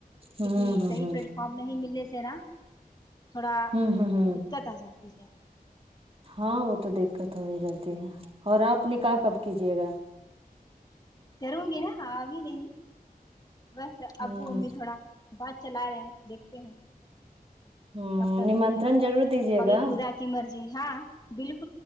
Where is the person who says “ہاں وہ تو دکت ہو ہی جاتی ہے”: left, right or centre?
Right